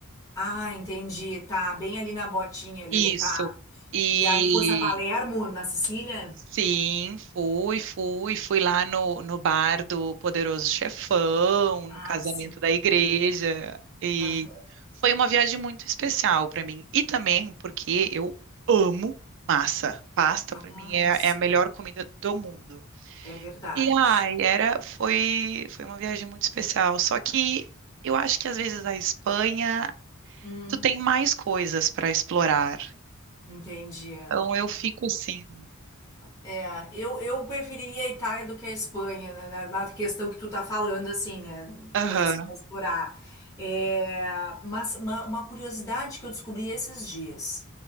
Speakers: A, on the left; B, on the right.
A: Ah, entendi. Tá, bem ali na botinha ali,
B: Isso.
A: tá.
B: E
A: E aí fosse a Palermo, na Sicília?
B: sim, fui, fui, fui lá no, no bar do Poderoso Chefão, no
A: Ah,
B: casamento
A: sim.
B: da igreja. E
A: Aham.
B: foi uma viagem muito especial para mim. E também porque eu amo massa. Pasta
A: Ah,
B: para mim é,
A: sim.
B: é a melhor comida do mundo.
A: É verdade.
B: E ai, era, foi, foi uma viagem muito especial. Só que eu acho que às vezes a Espanha,
A: Hum,
B: tu tem mais coisas para explorar.
A: entendi.
B: Então eu fico assim.
A: É, é, eu, eu preferiria a Itália do que a Espanha, né, na, na questão que tu tá falando, assim, né?
B: Aham.
A: Coisas para explorar. É, mas uma, uma curiosidade que eu descobri esses dias.